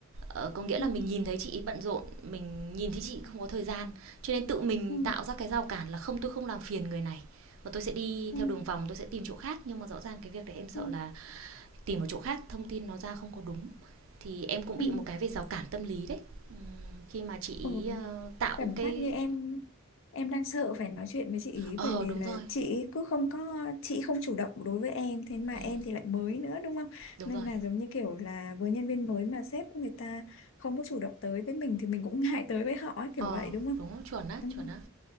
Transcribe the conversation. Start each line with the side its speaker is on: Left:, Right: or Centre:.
Right: Ờ, có nghĩa
Left: ừ,
Right: là mình nhìn thấy chị ấy bận rộn, mình nhìn thấy chị không có thời gian, cho nên tự mình
Left: ừ,
Right: tạo ra cái rào cản là không, tôi không làm phiền người này, mà tôi sẽ đi
Left: ừ,
Right: theo đường vòng, tôi sẽ tìm chỗ khác. Nhưng mà rõ ràng cái việc đấy em sợ
Left: ừ,
Right: là tìm một chỗ khác thông tin nó ra không có đúng thì em cũng
Left: ừ.
Right: bị một cái về rào cản tâm lý đấy Ừm, khi mà chị ý
Left: Ừ,
Right: ờ, tạo
Left: cảm
Right: cái
Left: giác như em em đang sợ phải nói chuyện với chị ý
Right: ờ
Left: bởi vì
Right: đúng
Left: là
Right: rồi
Left: chị ý cứ không có chị không chủ động đối với em thế mà
Right: Ừm,
Left: em thì lại mới nữa đúng không?
Right: đúng
Left: Nên
Right: rồi
Left: là giống như kiểu là với nhân viên mới mà sếp người ta không có chủ động tới với mình thì mình cũng <laughs> ngại tới với họ ấy, kiểu
Right: ờ
Left: vậy đúng không?
Right: đúng chuẩn á
Left: ừ,
Right: chuẩn á